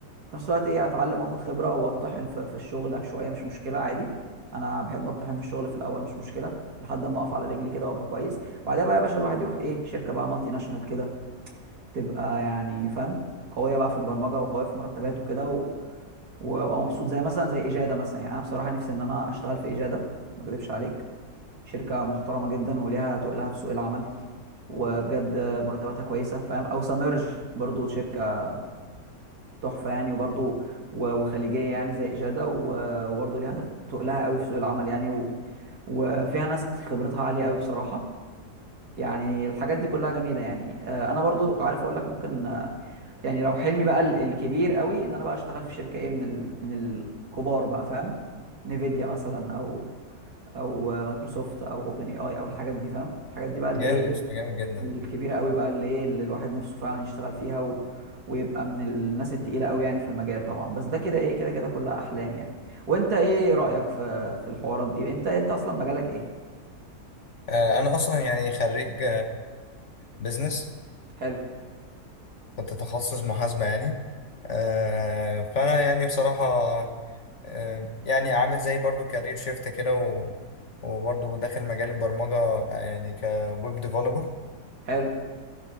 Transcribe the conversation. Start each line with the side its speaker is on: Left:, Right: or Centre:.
Right: في نفس الوقت ايه اتعلم واخد خبره واتطحن في, في الشغل شويه مش مشكله عادي انا بحب اتطحن في الشغل في الاول مش مشكله لحد ما اقف على رجلي كده وابقى كويس بعدها بقى يا باشا الواحد يروح ايه شركه بقى مالتي ناشونال كده تبقى يعني فاهم قويه بقى في البرمجه وقويه في مرتبات وكده و... وابقى مبسوط زي مثلا زي اجاده مثلا يعني انا بصراحه نفسي ان انا اشتغل في اجاده ما اكذبش عليك شركه محترمه جدا وليها تقلها في سوق العمل وبجد مرتباتها كويسه فاهم او سامرج برضو شركه تحفه يعني وبرضو و- وخليجيه يعني زي اجاده و- وبرضو ليها تقلها قوي في سوق العمل يعني و... وفيها ناس خبرتها عاليه قوي بصراحه يعني الحاجات دي كلها جميله يعني آه، انا برضو عارف اقول لك ممكن آه، يعني لو حلمي بقى ال- الكبير قوي ان انا بقى اشتغل في شركه ايه من ال... من الكبار بقى فاهم نيفيديا مثلا او او مايكروسوفت او اوبن اي اي او الحاجات دي فاهم الحاجات دي بقى اللي
Left: جامد
Right: ايه
Left: يا اسطى جامد جدا
Right: الكبيره قوي بقى اللي ايه اللي الواحد نفسه فعلا يشتغل فيها و... ويبقى من الناس التقيله قوي يعني في المجال طبعا بس ده كده ايه كده كده كلها احلام يعني وانت ايه رايك في في الحوارات دي انت انت اصلا مجالك ايه
Left: آه، أنا أصلا يعني خريج بزنس
Right: حلو
Left: كنت تخصص محاسبة يعني آه، فانا يعني بصراحه آه، يعني عامل زي برضو كارير شيفت كده و... وبرضو داخل مجال البرمجه آه، يعني كويب ديفلوبر
Right: حلو